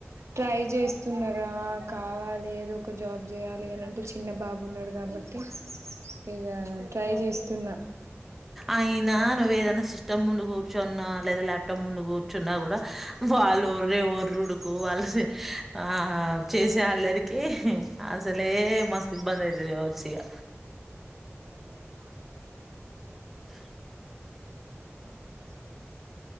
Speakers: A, on the right; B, in the centre.
A: ట్రై చేస్తున్నారా కావాలి ఏదో ఒక జాబ్ చేయాలి అని అంటే చిన్న బాబు ఉన్నాడు కాబట్టి ఇక ట్రై చేస్ స్తున్న
B: అయినా నువ్ ఏదైనా సిస్టమ్ ముందు కూర్చున్నా లేదా ల్యాప్టాప్ ముందు కూర్చున్నా కూడా వాళ్ళు ఓర్రే ఓర్రుడుకు వాళ్ళు ఆ చేసే వాళ్ళరికి అసలే మస్తు ఇబ్బంది అయితేవచ్చు ఇక
A: ఇది బయమా
B: <unintelligible>
A: అవును